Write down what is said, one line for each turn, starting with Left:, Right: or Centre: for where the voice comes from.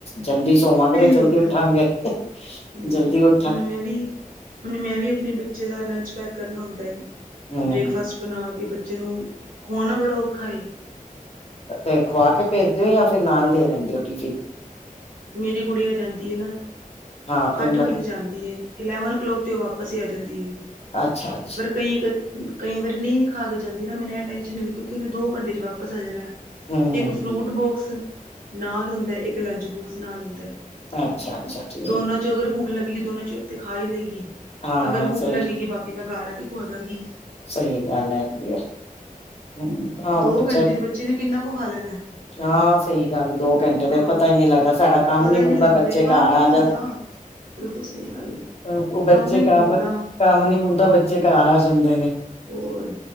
Left: ਜਲਦੀ ਸੋਵਾਂਗੇ, ਤੇ ਜਲਦੀ
Right: ਹੁੰਦਾ
Left: ਉਠਾਂਗੇ,
Right: ਹਮ
Left: ਜਲਦੀ ਉ
Right: ਹੁਣ ਮੈਂ ਵੀ, ਹੁਣ ਮੈਂ ਵੀ ਆਪਣੇ ਬੱਚੇ ਦਾ ਲੰਚ ਪੈਕ ਕਰਨਾ ਹੁੰਦਾ ਏ,
Left: ਹਮ
Right: ਬ੍ਰੇਕਫਾਸਟ ਬਣਾ ਕੇ, ਬੱਚੇ ਨੂੰ ਖੁਵਾਣਾ ਬੜਾ ਔਖਾ ਏ,
Left: ਤੇ ਖੁਆ ਕੇ ਭੇਜ ਦੇ ਔ, ਜਾਂ ਫਿਰ ਨਾਲ ਦੇ ਦੇਂਦੇ ਔ ਟੀਫੀਨ।
Right: ਮੇਰੀ ਗੁੜਿਆ ਜਾਂਦੀ ਹੈ ਨਾ,
Left: ਹਾਂ ਫਿਰ
Right: ਅੱਠ ਵਜੇ
Left: ਮੈਂ
Right: ਜਾਂਦੀ ਹੈ, ਇਲੈਵਨ ਓ ਕਲੋਕ ਤੇ ਉਹ ਵਾਪਸ ਹੀ ਆ ਜਾਂਦੀ ਹੈ।
Left: ਅੱਛਾ-ਅੱਛਾ,
Right: ਕਈ ਕ ਕਈ ਵਾਰੀ ਨਹੀਂ ਵੀ ਖਾ ਕੇ ਜਾਂਦੀ, ਨਾ ਮੈਨੂੰ ਇਹ ਟੈਂਸ਼ਨ ਨਹੀਂ ਹੁਨਦੀ, ਕਿਉਂਕਿ ਉਹਨੇ ਦੋ ਘੰਟੇ ਚ ਵਾਪਸ ਆ ਜਾਣਾ।
Left: ਹਮ
Right: ਇੱਕ
Left: ਹਮ
Right: ਫਰੂਟ
Left: ਹਮ
Right: ਬੋਕਸ ਨਾਲ ਹੁੰਦਾ, ਇੱਕ ਲੰਚ ਬੋਕਸ ਨਾਲ ਹੁੰਦਾ ਹੈ।
Left: ਅੱਛਾ ਅੱਛਾ ਠੀਕ
Right: ਦੋਨਾਂ ਚੋਂ ਅਗਰ ਭੁਖ ਲੱਗੇਗੀ, ਦੋਨਾਂ ਚੋਂ ਇਕ ਤੇ ਖਾ ਹੀ ਲਏਗੀ।
Left: ਹਾਂ
Right: ਅਗਰ ਭੁੱਖ
Left: ਸਹੀ
Right: ਲੱਗੇਗੀ, ਬਾਕੀ ਮੈਂ ਘਰ ਆ ਕੇ ਖਆ ਦਾਗੀ।
Left: ਸਹੀ ਗੱਲ ਹੈਗੀ ਆ, ਹੂੰ ਆਹ
Right: ਦੋ
Left: ਬਚਾ
Right: ਘੰਟੇ ਚ ਬੱਚੇ ਨੇ ਕਿੰਨਾ ਕੁ ਖਾ ਲੈਣਾ,
Left: ਹਾਂ ਸਹੀ ਗੱਲ, ਦੋ ਘੰਟੇ
Right: ਹਾਂ।
Left: ਤੇ ਪਤਾ ਹੀ ਨੀ ਲੱਗਦਾ, ਸਾਡਾ ਕੰਮ
Right: ਪਤਾ
Left: ਨੀ ਮੁੱਕਦਾ,
Right: ਹੀ ਨਹੀਂ ਲੱਗਦੇ
Left: ਬੱਚੇ
Right: ਕੰਮ
Left: ਘਰ
Right: ਹੀ
Left: ਆ
Right: ਨਹੀਂ ਮੁੱਕਦਾ
Left: ਜਾਂਣ।
Right: ਬਿਲਕੁਲ ਸਹੀ ਗੱਲ ਏ।
Left: ਉਹ ਬੱਚੇ
Right: ਹੀ ਨੀ
Left: ਕੰਮ,
Right: ਮੁੱਕਦਾ
Left: ਕੰਮ ਨੀ ਮੁੱਕਦਾ, ਬੱਚੇ ਘਰ ਆ ਜਾਂਦੇ ਨੇ।
Right: ਹੋਰ,